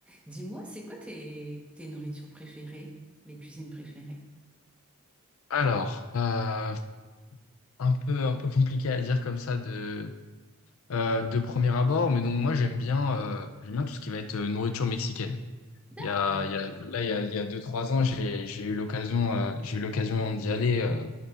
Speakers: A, in the centre; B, on the left.
A: Dis-moi, c'est quoi tes, tes nourritures préférées, les cuisines préférées?
B: Alors, euh, un peu, un peu compliqué à dire comme ça de, euh, de premier abord, mais donc moi j'aime bien, euh, j'aime bien tout ce qui va être euh, nourriture mexicaine.
A: D'accord.
B: Il y a, il y a, là, il y a, il y a deux, trois ans, j'ai, j'ai eu l'occasion, euh, j'ai eu l'occasion d'y aller euh,